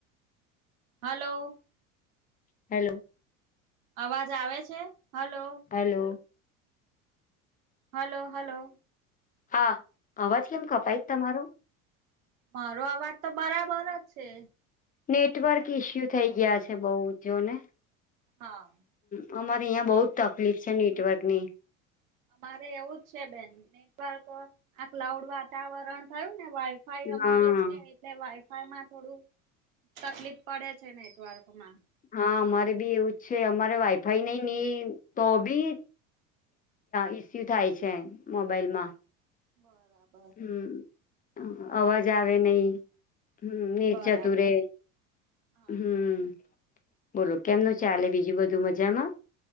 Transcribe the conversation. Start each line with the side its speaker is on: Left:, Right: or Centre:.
Right: હલો
Left: હેલો
Right: અવાજ આવે છે? હલો
Left: હલો
Right: હલો-હલો
Left: હા અવાજ કેમ કપાય તમારો?
Right: મારો અવાજ તો બરાબર જ છે.
Left: નેટવર્ક ઈસ્યુ થઈ ગયા છે, બહુ જોને
Right: હા
Left: હ અમારે અહં બહુ જ તકલીફ છે. નેટવર્ક ની
Right: અમારે એવું જ છે, બેન નેટવર્ક આ ક્લાઉડ વાતાવરણ થયું ને વાય ભાઈ અમારે
Left: હા.
Right: છે એટલે વાઈફાઈ માં થોડું તકલીફ પડે છે, નેટવર્કમાં
Left: હા અમારે બી એવું જ છે, અમારે વાઈફાઈ નઈ નની તો બી ઈસ્યુ થાય છે, મોબાઈલ માં
Right: બરાબર
Left: હમ અવાજ આવે નય હમ નેટ
Right: બરાબર
Left: જતું રેય
Right: હા
Left: હમ બોલો કેમનું ચાલે બીજું બધું મજામાં?